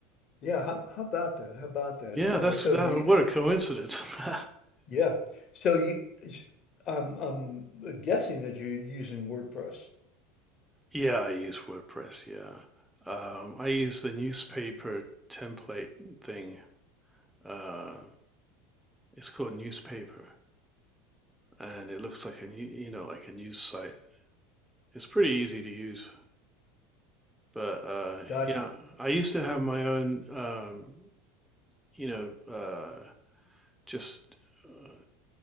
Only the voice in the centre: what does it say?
Yeah,
that's
that.
What a coincidence. <laughs>
yeah, I use WordPress. Yeah. Um, I use the newspaper template thing. Uh, it's called newspaper and it looks like a new, you know, like a news site. It's pretty easy to use. But uh,
yeah, I used to have my own, um, you know, uh, just uh,